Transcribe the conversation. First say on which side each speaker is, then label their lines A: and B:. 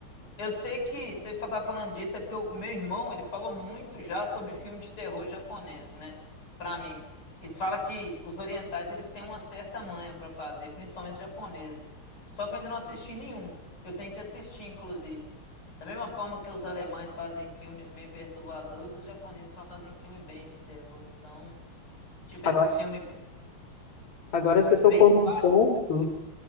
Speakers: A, on the left (about 90°); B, on the left (about 70°).
A: eu sei que você tá falando disso é porque o meu irmão, ele falou muito já sobre filme de terror japonês, né? Pra mim. Eles falam que os orientais, eles têm uma certa manha pra fazer, principalmente japoneses. Só que eu ainda não assisti nenhum. Eu tenho que assistir, inclusive. Da mesma forma que os alemães fazem filmes meio perturbadores, os japoneses fazem filme bem de terror. Então, tipo
B: Agora,
A: esses filmes
B: agora
A: de-
B: você
A: bem
B: tocou num
A: baixo.
B: ponto.
A: mas-